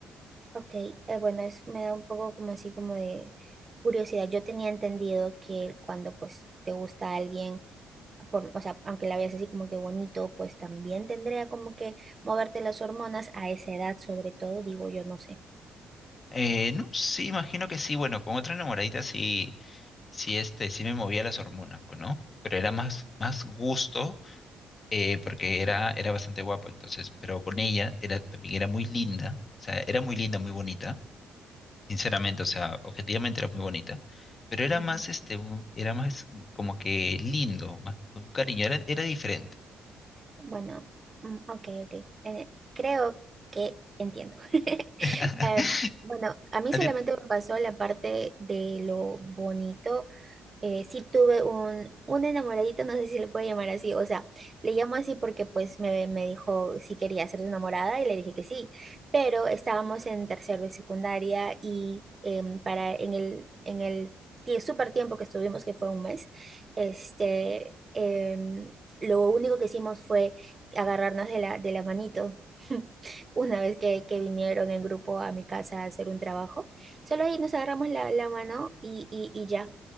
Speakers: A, on the right; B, on the left.
A: Ok, eh, bueno, es, me da un poco como así como de curiosidad. Yo tenía entendido que cuando pues te gusta alguien, por, o sea, aunque la veas así como que bonito, pues también tendría como que moverte las hormonas a esa edad, sobre todo, digo yo, no sé.
B: Eh, no, sí, imagino que sí, bueno, con otra enamoradita sí, sí, este, sí me movía las hormonas, pues, ¿no? Pero era más, más gusto eh, porque era, era bastante guapo, entonces, pero con ella era, también era muy linda, o sea, era muy linda, muy bonita, sinceramente, o sea, objetivamente era muy bonita, pero era
A: Ujú.
B: más, este, un- era más como que lindo, más con cariño, era, era diferente.
A: Bueno, mm, ok, ok. Eh, creo que entiendo. <laughs>
B: <laughs>
A: Em, bueno, a mí
B: A
A: solamente
B: ti-
A: me pasó la parte de lo bonito eh, sí tuve un, un enamoradito, no sé si se le puede llamar así, o sea, le llamo así porque pues me, me dijo si quería ser su enamorada y le dije que sí, pero estábamos en tercero de secundaria y em, para en el, en el tie- súper tiempo que estuvimos, que fue un mes, este, em, lo único que hicimos fue agarrarnos de la, de la manito. <laughs> Una vez que, que vinieron en grupo a mi casa a hacer un trabajo, solo ahí nos agarramos la, la mano y, y, y ya